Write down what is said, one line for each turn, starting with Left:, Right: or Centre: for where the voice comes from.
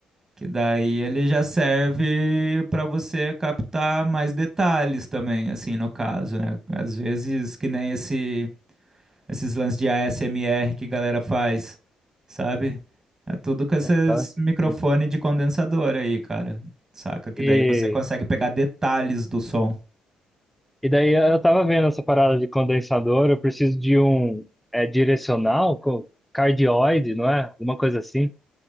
Right: Que daí ele já serve para você captar mais detalhes também, assim, no caso, né? Às vezes, que nem esse, esses lances de ASMR que a galera faz, sabe? É tudo com esses
Centre: aham,
Right: microfone
Centre: sim.
Right: de condensador aí, cara. Saca? Que
Centre: E,
Right: daí você consegue pegar detalhes do som.
Centre: e daí eu tava vendo essa parada de condensador, eu preciso de um é, direcional com cardioide, não é? Uma coisa assim.